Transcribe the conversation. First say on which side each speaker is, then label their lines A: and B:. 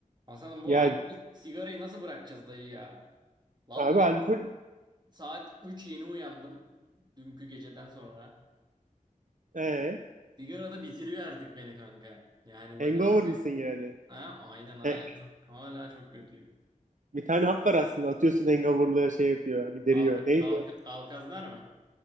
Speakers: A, on the right; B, on the right.
A: Hasan'ım bu
B: Ya
A: alkolü sigarayı nasıl bırakacağız dayı ya? Vallahi
B: abi alkol
A: saat 3 yeni uyandım dünkü geceden sonra.
B: ee,
A: Sigara da bitiriyor artık beni kanka. Yani bak
B: hangover
A: harbi.
B: mısın yani?
A: Ha, aynen hala
B: He,
A: çok hala çok kötüyüm.
B: bir tane hap var aslında atıyorsun hangoverlığı şey yapıyor gideriyor.
A: Alka,
B: Neydi?
A: alka,
B: o?
A: alkazlar mı?